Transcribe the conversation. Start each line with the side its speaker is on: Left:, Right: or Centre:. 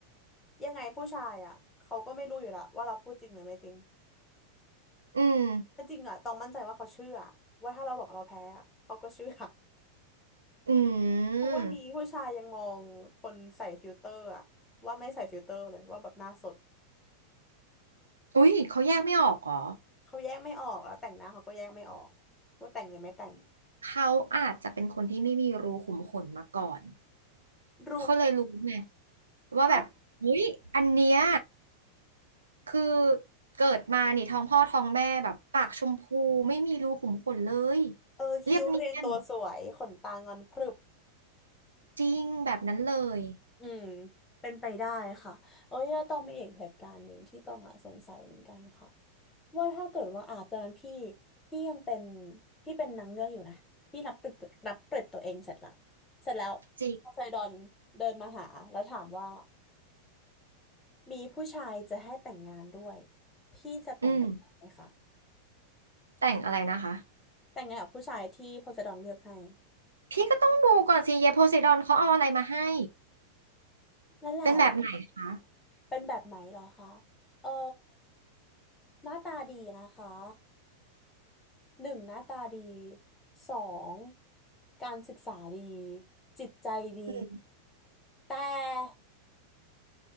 Left: ยังไงผู้ชายอ่ะเขาก็ไม่รู้อยู่และวว่าเราพูดจริงหรือไม่จริง
Right: อืม
Left: แต่จริงอ่ะต้องมั่นใจว่าเขาเชื่อว่าถ้าเราบอกเราแพ้อะเขาก็เชื่อ
Right: อืม
Left: ทุกวันนี้ผู้ชายยังมองคนใส่ฟิลเตอร์อ่ะว่าไม่ใส่ฟิลเตอร์เลยว่าแบบหน้าสด
Right: อุ้ยเขาแยกไม่ออกเหรอ
Left: เขาแยกไม่ออกแล้วแต่งหน้าเขาก็แยกไม่ออกว่าแต่งหรือไม่แต่ง
Right: เขาอาจจะเป็นคนที่ไม่มีรูขุมขนมาก่อน
Left: รู้
Right: เขาเลยรู้ไงว่าแบบเฮ้ยอันเนี้ย
Left: ถ้า
Right: คือเกิดมานี่ท้องพ่อท้องแม่แบบปากชมพูไม่มีรูขุมขนเลย
Left: เออคิ้วเรียงตัวสวยขนตางอนพรึบ
Right: เรียบเนียนจริงแบบนั้นเลย
Left: อืมเป็นไปได้ค่ะเอ้ยต้องมีอีกเหตุการณ์หนึ่งที่ต้องอ่ะสงสัยเหมือนกันค่ะว่าถ้าเกิดว่าอาบตอนนั้นพี่พี่ยังเป็นพี่เป็นนางเงือกอยู่นะพี่นับเกลิดนับเกลิดตัวเองเสร็จละเสร็จแล้ว
Right: จริง
Left: พอไซดอนเดินมาหาแล้วถามว่ามีผู้ชายจะให้แต่งงานด้วยพี่จะแต่งกับเขาไหมคะ
Right: อืมแต่งอะไรนะคะ
Left: แต่งงานกับผู้ชายที่โพไซดอนเลือกให้
Right: พี่ก็ต้องดูก่อนสิเยโพไซดอนเขาเอาอะไรมาให้
Left: นั่นแหละ
Right: เป็นแบบไหนคะ
Left: เป็นแบบไหนเหรอคะ เอ่อหน้าตาดีนะคะ หนึ่งหน้าตาดีสอง การศึกษาดี จิตใจดี
Right: อืม
Left: แต่